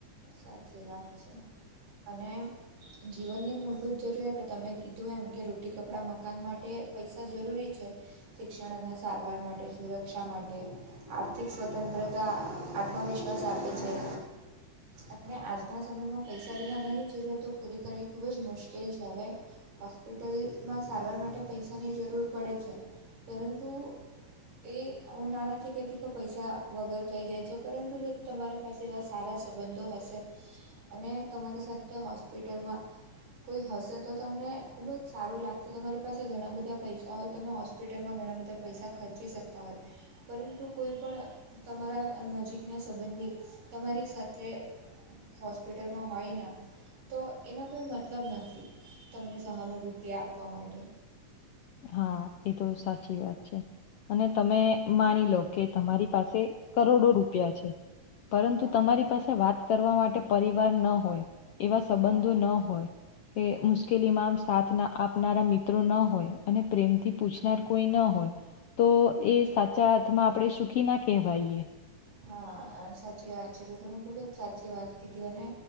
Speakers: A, on the right (about 75°); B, on the left (about 80°).
A: સાચી વાત છે અને. જીવનની મૂળભૂત જરૂરિયાતો તમે કીધું એમ કે રોટી કપડાં મકાન માટે પૈસા જરૂરી છે. શિક્ષણ અને સારવાર માટે સુરક્ષા માટે. આર્થિક સ્વતંત્રતા આત્મવિશ્વાસ આપે છે. અને આજના સમયમાં પૈસાારીના ઘણી જરૂરિયાતો પૂરી કરવી ખુબજ મુશ્કેલ છે હવે. હોસ્પિટલમાં સારવાર માટે પૈસાની જરૂર પડે છે પરંતુ. એ હું નાનાથી કહેતી કે પૈસા વગર થઈ જાય છે પરંતુ જો તમારે. પા જે એવા સારા સંબંધો હશે અને તમારી સાથે હોસ્પિટલમાં. કોઈ હશે તો તમને ખૂબજ સારું લાગશે તમારી પાસે ઘણા બધા પૈસા હોય તમે હો. હોસ્પિટલમાં ઘણા બધા પૈસા ખર્ચી શકતા હોય. પરંતુ કોઈ પણણ તમારા નજીકના સંબંધી તમારી સાથે. હોસ્પિટલમાં હોય ને. તો એનો કોઈ મતલબ નથી તમને સહાનુભૂતિ આપવા માટે.
B: હા એ તો સાચી વાત છે અને તમે માની લો કે. તમારી પાસે કરોડો રૂપિયા છે પરંતુ
A: હા
B: તમારી. પા વાત કરવા માટે પરિવાર ન હોય એવા
A: હા
B: સંબંધો
A: હા
B: ના હોય. કે મુશ્કેલીમાં આમ સાથ ના આપનારા મિત્રો ન હોય. અને પ્રેમથી પૂછનાર કોઈ ના હોય. તો એ સાચા હાથમાં આપણે સુખી ના કહેવાયએ.
A: હા અને સાચી વાત છે તો તમેમે ખૂબજ સાચી વાત કીધ અને.